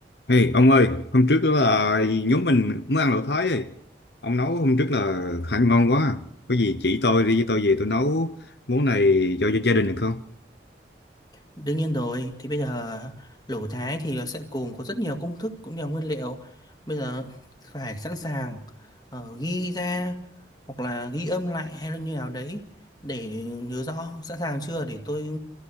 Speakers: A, on the left (about 65°); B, on the left (about 20°).
A: Ê, ông ơi, hôm trước là nhóm mình mới ăn lẩu Thái ấy. Ông nấu hôm trước là khá ngon quá. à. Có gì chỉ tôi đi với tôi về tôi nấu món này cho, cho gia đình được không?
B: Đương nhiên rồi, thì bây giờ lẩu Thái thì nó sẽ cùng có rất nhiều công thức cũng như là nguyên liệu. Bây giờ phải sẵn sàng ờ, ghi ra hoặc là ghi âm lại hay là như nào đấy để nhớ rõ sẵn sàng chưa để tôi